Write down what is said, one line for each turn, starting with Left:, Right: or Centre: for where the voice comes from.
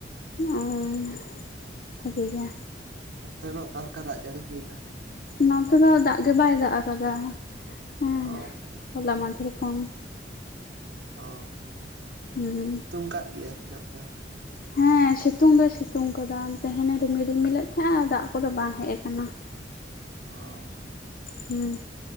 Left: ᱚ ᱵᱷᱟᱜᱮ ᱜᱮ᱾
Right: ᱚᱱᱛᱮ ᱫᱚ ᱚᱠᱟ ᱞᱮᱠᱟ ᱫᱟᱜ ᱡᱟᱹᱲᱤ ᱦᱩᱭᱱᱟ?
Left: ᱱᱚᱱᱛᱮ ᱫᱚ ᱫᱟᱜ ᱜᱮ ᱵᱟᱭ ᱫᱟᱜ ᱠᱟᱫᱟ ᱦᱮᱸ
Right: ᱚ
Left: ᱦᱚᱞᱟ ᱢᱟᱫᱷᱮᱨ ᱠᱷᱚᱱ᱾
Right: ᱚ
Left: ᱦᱩᱸ
Right: ᱥᱤᱛᱩᱝ ᱠᱟᱫ ᱜᱮᱭᱟᱭ, <unintelligible> ᱛᱮ ᱦᱚᱸ᱾
Left: ᱦᱮᱸ ᱮᱸ ᱥᱤᱛᱩᱝ ᱫᱚᱭ ᱥᱤᱛᱩᱝ ᱟᱠᱟᱫᱟ ᱛᱮᱦᱮᱸᱱᱮ ᱨᱤᱢᱤᱞ ᱨᱤᱢᱤᱞᱮᱫ ᱛᱟᱦᱮᱸᱜᱼᱟ, ᱫᱟᱜ ᱠᱚᱫᱚ ᱵᱟᱝ ᱦᱮᱜ ᱟᱠᱟᱱᱟ᱾ <inaudible>
Right: ᱚ
Left: ᱦᱩᱸ